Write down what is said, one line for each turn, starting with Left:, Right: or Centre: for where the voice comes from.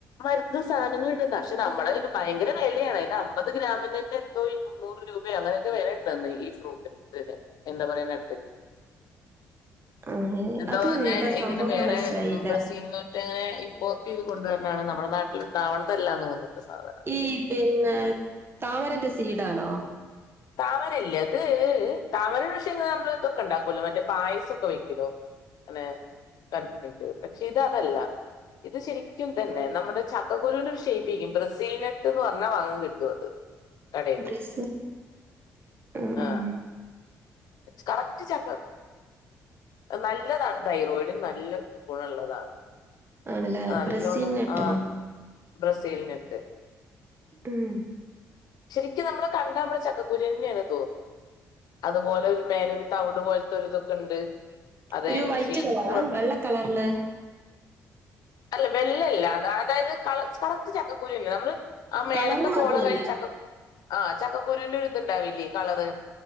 Left: മരുന്ന് സാനങ്ങൾ ഇട്ന്നാ പക്ഷെ നമ്മളെ ഭയങ്കര വെലയാണ് അയിന്റെ അമ്പത് ഗ്രാമിനന്നെ എന്തോയ്യും മുന്നൂറ് രൂപയോ അങ്ങനെയൊക്കെ വെലയുണ്ടെന്ന് ഈ ഫ്രൂട്ടിന് എന്താ പറയ വാൾനട്ട്
Right: ആ
Left: എന്തോ
Right: അത്
Left: പറഞ്ഞേ
Right: ഏതാ
Left: ഇങ്ങനെ
Right: സംഭവംന്ന്
Left: വേറെ
Right: മനസ്സിലായില്ല
Left: ഉം ബ്രസീല് ലെ ങ്ങനെ ഇമ്പോർട്ട് ചെയ്ത് കൊണ്ടു വരുന്നതാണ് നമ്മുടെ നാട്ടില് ഇണ്ടാവുന്നതല്ലാന്ന് തോന്നുന്നുണ്ട് സാധനം
Right: ഈ പിന്നെ താമരന്റെ സീഡാണോ
Left: താമരയില്ലേ അത് താമര പക്ഷേന നമ്മൾ ഇതൊക്കെ ഉണ്ടാക്കല്ലോ മറ്റേ പായസമൊക്കെ വെക്കല്ലോ അങ്ങനെ കണ്ടിട്ടുണ്ട് പക്ഷെ ഇത് അതല്ല ഇത് ശരിക്കും ഇതന്നെ നമ്മുടെ ചക്കുരുവിന്റെ ഒരു ഷെയ്യിപ്പേരിക്കും ബ്രസീൽ നെട്ട്ന്ന് പറഞ്ഞാൽ വാങ്ങാൻ കിട്ടും അത് കടയില്
Right: ബ്രസീൽ ആഹ്
Left: ആ
Right: ആഹ്
Left: കറക്റ്റ് ചക്ക നല്ലതാണ് തൈറോയിട്ന് നല്ല ഗുണള്ളതാണ്
Right: ആണല്ലേ
Left: നല്ലോണം
Right: ബ്രസീൽ നട്ടോ
Left: ആഹ് ബ്രസീൽ നട്ട്
Right: ഉം
Left: ശരിക്കും നമ്മള് കണ്ടാ നമ്മള് ചക്കക്കുരു തന്നെയാണ് തോന്നു അതുപോലെ ഒരു മേലരു തവിട് പോലത്തെരിതൊക്കെ ഉണ്ട് അതെ
Right: ഒരു വൈറ്റ്
Left: ശൈയിപ്പു
Right: കളറാ
Left: അതാ
Right: വെള്ള കളറില്
Left: അല്ല വെള്ളല്ല അതായത് കള കറക്റ്റ് ചക്കക്കുരു തന്നെ നമ്മള് ആ മേലത്തെ
Right: കളറും
Left: പോള
Right: അത് തന്നെ
Left: കഴിഞ്ഞ് ചക്ക ആഹ് ചക്കക്കുരുവിന്റെ ഒരിത്ണ്ടാവില്ലേ കളറ്